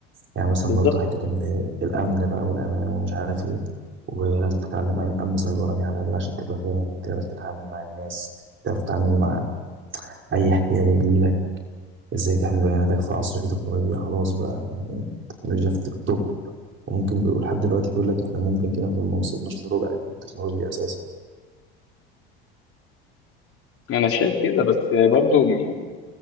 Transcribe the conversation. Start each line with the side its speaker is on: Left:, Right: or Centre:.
Right: يعني مثلا
Left: بالظبط
Right: برضو حتة إن الأمن بقى والأمان ومش عارف إيه ولازم تتعلم أي- أمن سيبراني على الأقل عشان تبقى فاهم تعرف تتعامل مع الناس تعرف تتعامل مع أي احتيال يجيلك إزاي تحمي بياناتك في عصر فيه تكنولوجيا خلاص بقى يعني التكنولوجيا في التوب وممكن بيقول لحد دلوقتي بيقول لك إحنا ممكن كده نكون ما وصلناش لربع التكنولوجيا أساسا
Left: انا شايف كده بس برضو يعني